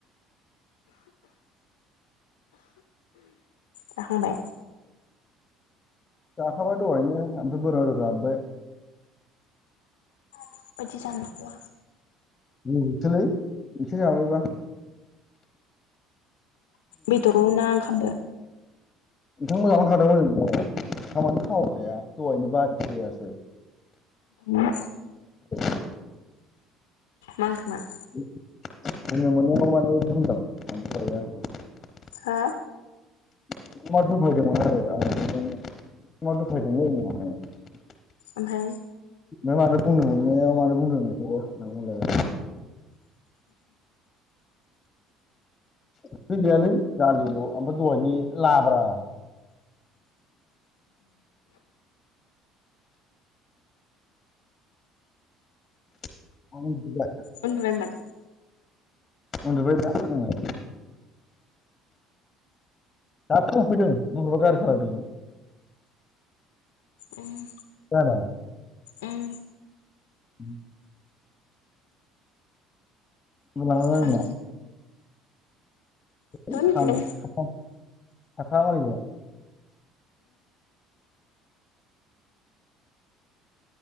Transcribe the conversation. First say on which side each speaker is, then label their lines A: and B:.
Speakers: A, on the left (about 75°); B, on the left (about 30°).
A: जाखांबाय?
B: जाखाबाय दहायनो ओमफ्राय बोरमा बेदर जाबोबाय।
A: माबादि जानोखौ?
B: उम <unintelligible> सोलै मोनसे जाबायबा।
A: बेदरल ना ओंखामबो
B: ओंखामखो जालांखादोंमोन <unintelligible> ओंखामानो थावखाया दहायनो बासियासो
A: मा
B: <unintelligible>
A: मा <unintelligible>
B: <unintelligible>
A: हा
B: <unintelligible> दफायदोंमोन आरो <unintelligible> दफायदों <unintelligible>
A: ओमफाय
B: बे मानो बुंनो मोनायाव मानो बुंदो‌ नोंसोरो होनना बुंलायबाय खै गैयालै दालिल' ओमफ्राय दहायनि लाब्रा। <unintelligible>
A: उन्दुबायमोन?
B: उन्दुबायब्रा आङो। दासो मोनफैदों <unintelligible> गारि सालायदोंमोन।
A: उम
B: खोनादों?
A: उम
B: उम मोजां मोनबाय
A: थाबाय
B: <unintelligible>
A: थादोंमोन दहाय उन्दुदों उम